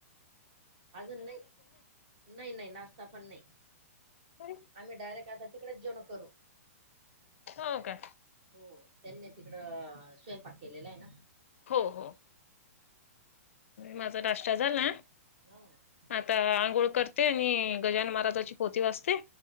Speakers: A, on the right; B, on the left.
A: अजून नाही, नाही नाही नाश्ता पण नाही.
B: तरी
A: आम्ही डायरेक्ट आता तिकडेच जेवण करू.
B: हो का?
A: हो त्यांनी तिकडं स्वयंपाक केलेला आहे ना.
B: हो हो. माझा नाष्टा झाला.
A: हा.
B: आता आंघोळ करते आणि गजान महाराजाची पोती वाचते.